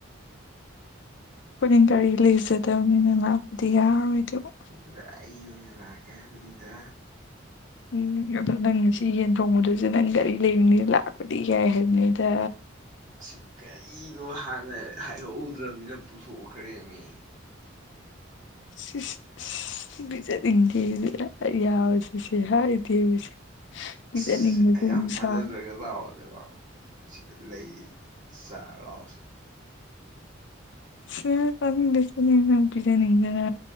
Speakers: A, on the left; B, on the right.
A: ꯑꯩꯈꯣꯏꯗꯤ ꯒꯥꯔꯤ ꯂꯩꯖꯗꯕꯅꯤꯅ ꯂꯥꯛꯄꯗꯤ ꯌꯥꯔꯔꯣꯏꯗꯕ
B: ꯑꯗꯨꯗ ꯑꯩ ꯑꯣꯏꯅ ꯂꯥꯛꯀꯦ ꯍꯥꯏꯕꯅꯤꯗ
A: ꯎꯝ ꯑꯗꯣ ꯅꯪ ꯉꯁꯤ ꯌꯦꯟ ꯊꯣꯡꯕꯗꯨꯁꯨ ꯅꯪ ꯒꯥꯔꯤ ꯂꯩꯕꯅꯤꯅ ꯂꯥꯛꯄꯗꯤ ꯌꯥꯏ ꯍꯥꯏꯕꯅꯤꯗ
B: ꯑꯁꯤ ꯒꯥꯔꯤꯗꯣ ꯍꯥꯟꯅ ꯍꯥꯏꯍꯧꯗ꯭ꯔꯕꯅꯤꯅ ꯄꯨꯊꯣꯛꯈ꯭ꯔꯦꯃꯤ
A: ꯁꯤ ꯁꯤ ꯄꯤꯖꯅꯤꯡꯗꯦꯁꯦ ꯍꯥꯏ ꯌꯥꯕꯁꯦ ꯁꯤꯁꯦ ꯍꯥꯏꯗꯦꯕꯁꯦ ꯄꯤꯖꯅꯤꯡꯕꯁꯨ
B: ꯑꯁ ꯑꯩ
A: ꯑꯃꯨꯛ
B: ꯌꯥꯝ ꯊꯥꯖꯗ꯭ꯔꯒ
A: ꯁꯥꯕ
B: ꯂꯥꯛꯑꯣꯅꯦ ꯂꯥꯛꯑꯣꯅꯦ ꯁꯤꯗ ꯂꯩꯌꯦ ꯆꯥꯔꯣ ꯂꯥꯛꯑꯣꯁꯦ
A: ꯌꯥꯔꯦ ꯌꯥꯔꯦ ꯅꯪ ꯄꯤꯖꯅꯤꯡꯗꯅ